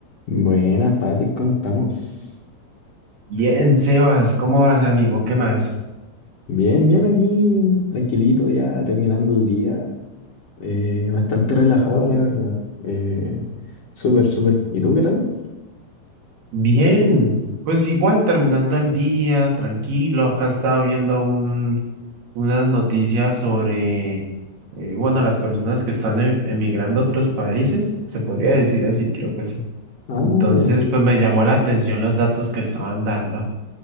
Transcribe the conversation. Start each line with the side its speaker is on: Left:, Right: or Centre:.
Left: Buenas, Patrick, ¿cómo estamos?
Right: Bien, Sebas, ¿cómo vas, amigo? ¿Qué más?
Left: Bien, bien aquí, tranquilito ya, terminando el día. Eh, bastante relajado, la verdad. Eh, súper, súper. ¿Y tú qué tal?
Right: Bien, pues igual terminando el día, tranquilo. Acá estaba viendo un, unas noticias sobre, eh, bueno, las personas que están em- emigrando a otros países, se podría decir así, creo que sí.
Left: Ah,
Right: Entonces,
Left: ya.
Right: pues me llamó la atención los datos que estaban dando.